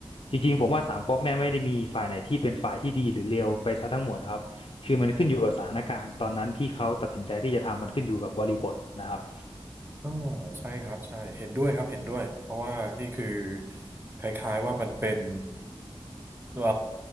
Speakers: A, on the left; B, on the right.
A: จริงๆ ผมว่าสามก๊กเนี่ยไม่ได้มีฝ่ายไหนที่เป็นฝ่ายที่ดีหรือเลวไปซะทั้งหมดครับ คือมันขึ้นอยู่กับสถานการณ์ตอนนั้นที่เขาตัดสินใจที่จะทำมันขึ้นอยู่กับบริบทนะครับ
B: อ๋อใช่ครับใช่เห็นด้วยครับเห็นด้วยเพราะว่านี่คือคล้ายๆว่ามันเป็น เอ่อ